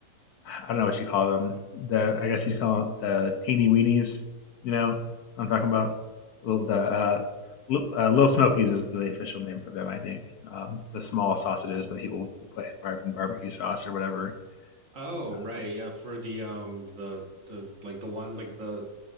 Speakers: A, on the left (about 70°); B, on the right (about 50°).
A: I don't know what you call them. The I guess you'd call it the teeny weenies. You know what I'm talking about Little- the uh, uh, little smokies is the official name for them. I think um, the small sausages that people put in, bar- in barbecue sauce or whatever.
B: Oh,
A: Uh,
B: right. Yeah, for the um the the like the one like the